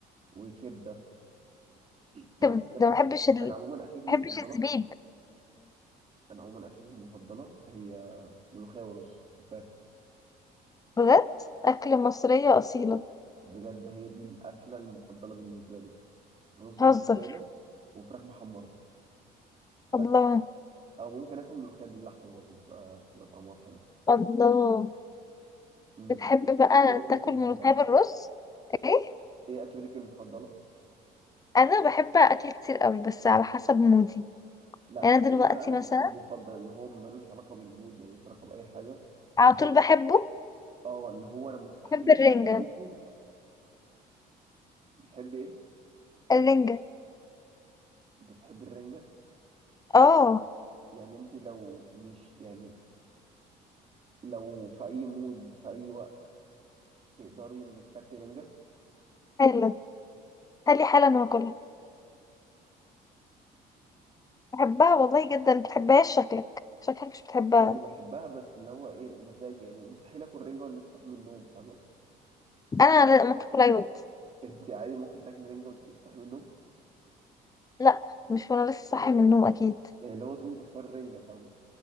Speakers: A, on the right; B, on the left.
A: وكبدة بحب
B: طب
A: الحاجات
B: ده
A: دي
B: ما بحبش ال...
A: أنا
B: ما
A: عموما أكلتي المفضلة
B: بحبش الزبيب
A: أنا عموما أكلتي المفضلة هي ملوخية ورز وفراخ
B: بجد أكل مصرية أصيلة
A: بجد هي دي الأكلة المفضلة بالنسبة لي رز
B: هزر
A: وملوخية وفراخ محمرة بس
B: الله
A: أو ممكن آكل ملوخية باللحمة برضه بتبقى بتبقى طعمها حلو
B: الله
A: أمم،
B: بتحب بقى
A: إيه أكلتك
B: تاكل
A: المفضلة؟
B: ملوخية بالرز ايه
A: إيه أكلتك المفضلة؟
B: أنا بحب أكل كتير قوي بس على حسب مودي
A: لا
B: يعني أنا دلوقتي
A: ايه بقى
B: مثلا
A: المفضل اللي هو ملوش علاقه بالمود ملوش علاقه باي حاجه
B: على طول بحبه
A: اه اللي هو انا مستحيل
B: بحب الرنجة
A: اشوفه بتحب ايه
B: الرنجة
A: بتحب الرنجه
B: اه
A: يعني انت لو مش يعني لو في اي مود في اي وقت تقدري انك تاكلي رنجه
B: حلو خلي حالا أنا باكلها بحبها والله جدا بتحبهاش شكلك شكلك مش بتحبها
A: يعني بحبها بس اللي هو ايه مزاج يعني مستحيل اكل رنجه وانا لسه صاحي من النوم فاهمه
B: أنا لا ممكن أكلها يود
A: <laughs> انت عادي ممكن تاكلي رنجه وانت لسه صاحي من النوم
B: لا مش وأنا لسه صاحي من النوم أكيد
A: يعني اللي هو تقومي تفطري رنجه فاهمه